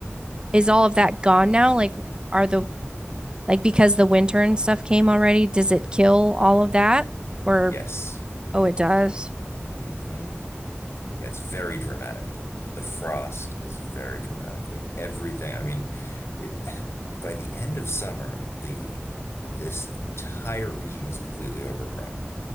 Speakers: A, on the right; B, on the left.
A: is all of that gone now? Like, are the like because the winter and stuff came already, does it kill all of that? Or
B: Yes.
A: oh, it does.
B: hmm Yeah, it's very dramatic. The frost is very dramatic. Like everything. I mean, it by the end of summer, the this entire region is completely overgrown.